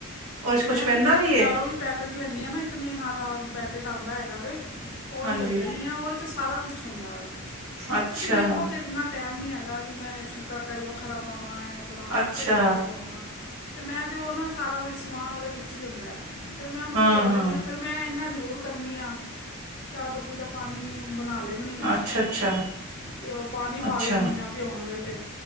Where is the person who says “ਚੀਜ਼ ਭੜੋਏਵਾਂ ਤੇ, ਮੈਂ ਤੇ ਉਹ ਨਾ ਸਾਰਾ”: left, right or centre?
Left